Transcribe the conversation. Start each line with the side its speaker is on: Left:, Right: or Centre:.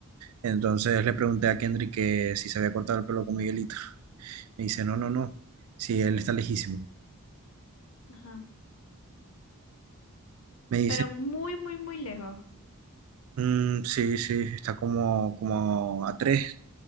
Right: Entonces le pregunté a Kendrick que si se había cortado el pelo con Miguelito. Me dice, no, no, no, sí, él está lejísimo.
Left: ajá,
Right: Me dice,
Left: pero muy, muy, muy lejos,
Right: "Mm, sí, sí, está como, como a tres.